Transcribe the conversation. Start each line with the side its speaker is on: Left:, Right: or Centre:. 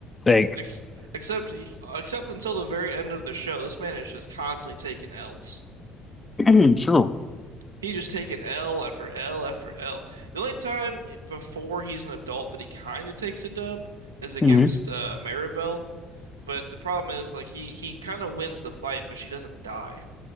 Left: Like,
Right: Ex except he, except until the very end of the show, this man is just constantly taking L's.
Left: <clears throat> true.
Right: He just taken L after L after L. The only time before he's an adult that he kind of takes a dub is against
Left: Mhm.
Right: uh, Maribel. But the problem is, like he he kind of wins the fight, but she doesn't die.